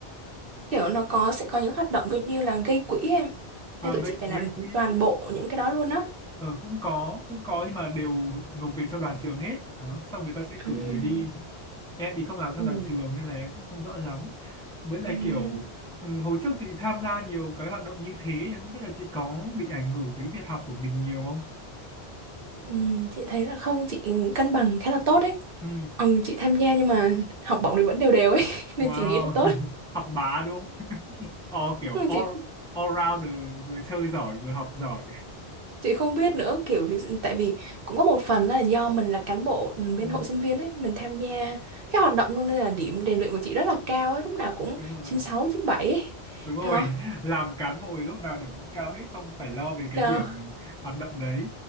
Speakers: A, on the right; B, in the centre.
A: kiểu nó có sẽ có những hoạt động ví dụ như là gây quỹ em
B: Ờ,
A: nhưng tụi
B: gây
A: chị phải
B: gây
A: làm
B: quỹ
A: toàn
B: cũng
A: bộ những cái đó luôn á
B: Ờ, cũng có cũng có nhưng mà đều nộp về cho đoàn trường hết đó xong người ta sẽ cử
A: Ừm,
B: người đi em thì không làm cho
A: ừm,
B: đoàn trường nên là em cũng không rõ lắm với lại
A: ừm.
B: kiểu ừ, hồi trước chị tham gia nhiều cái hoạt động như thế thì không biết là chị có bị ảnh hưởng tới việc học của mình nhiều không
A: Ừm, chị thấy là không chị cân bằng khá là tốt đấy
B: ừ.
A: ừ chị tham gia nhưng mà học bổng thì vẫn đều đều ấy <laughs> nên
B: wow
A: chị nghĩ là tốt
B: <laughs> học bá đúng không <laughs> o kiểu
A: nhưng
B: all,
A: chị cũng-
B: all rounder vừa chơi giỏi vừa học giỏi
A: chị không biết nữa kiểu ví dụ tại vì cũng có một phần là do mình là cán bộ ừ, bên
B: ừ.
A: hội sinh viên ấy mình tham gia các hoạt động luôn nên là điểm rèn luyện của chị rất là cao ấy lúc nào cũng
B: đúng rồi
A: 96 97 ấy
B: đúng rồi
A: đó
B: <laughs> làm cán bộ thì lúc nào điểm cũng cao hết không phải lo về cái
A: Đó
B: điểm hoạt động đấy